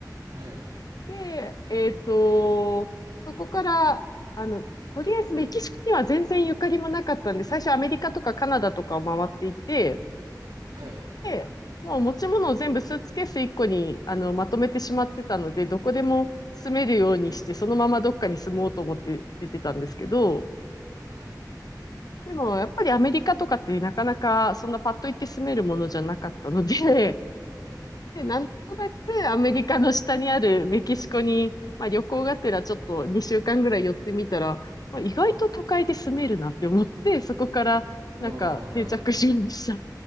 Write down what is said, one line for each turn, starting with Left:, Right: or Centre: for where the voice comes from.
Right: はい
Left: で、えっと、そこから、あの、とりあえずメキシコには全然ゆかりもなかったんで、最初アメリカとかカナダとかを回っていて、
Right: はい
Left: で、もう持ち物を全部スーツケース1個にあのまとめてしまってたので、どこでも住めるようにして、そのままどっかに住もうと思って出てたんですけど、
Right: はい
Left: でも、やっぱりアメリカとかってなかなかそんなパッと行って住めるものじゃなかったので、<laughs> で、
Right: はい
Left: なんとなくアメリカの下にあるメキシコに、まあ旅行がてらちょっと2週間ぐらい寄ってみたら、まあ、意外と都会で住めるなって思って、そこからなんか定着しました。
Right: ああなるほど